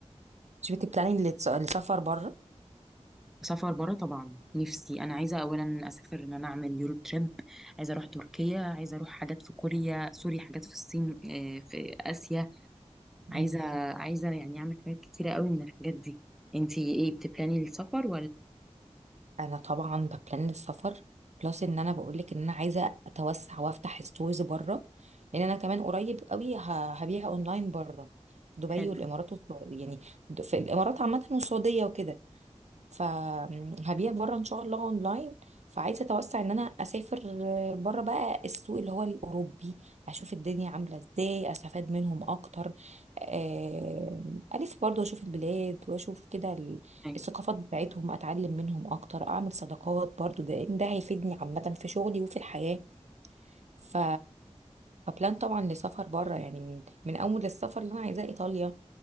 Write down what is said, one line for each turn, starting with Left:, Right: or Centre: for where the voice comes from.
Right: مش بتبلاني للس- للسفر بره
Centre: سفر بره طبعا نفسي انا عايزه اولا اسافر ان انا اعمل يورو تريب عايزه اروح تركيا عايزه اروح حاجات في كوريا سوري حاجات في الصين آه، في اسيا
Right: مم.
Centre: عايزه عايزه يعني اعمل حاجات كتيره قوي من الحاجات دي انتي ايه بتبلاني السفر
Right: انا طبعا ببلان السفر بلس ان انا بقولك ان انا عايزه اتوسع وافتح ستورز بره لان انا كمان قريب قوي ه- هبيع اونلاين بره دبي
Centre: حلو
Right: والامارات
Centre: أوي.
Right: والسعوديه يعني د- في الامارات عامه والسعوديه وكده فهبيع بره ان شاء الله اونلاين فعايزه اتوسع ان انا اسافر بره بقى السوق اللي هو الاوروبي اشوف الدنيا عامله ازاي استفاد منهم اكتر آم، الف برضه اشوف البلاد واشوف كده ال-
Centre: ايوه
Right: الثقافات بتاعتهم اتعلم منهم اكتر اعمل صداقات برضه ده ده هيفيدني عامه في شغلي وفي الحياه ف فبلان طبعا لسفر بره يعني من من اول السفر اللي انا عايزاه ايطاليا